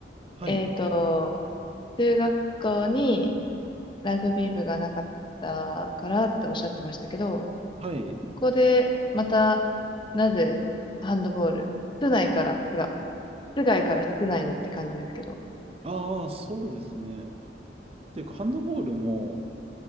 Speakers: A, on the right; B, on the left.
A: はい。
B: えっと、中学校に、ラグビー部がなかったからっておっしゃってましたけど、
A: はい。
B: ここでまた、なぜハンドボール、室内から、てか、室外から室内にって感じですけど。
A: ああ、そうですね。というか、ハンドボールも、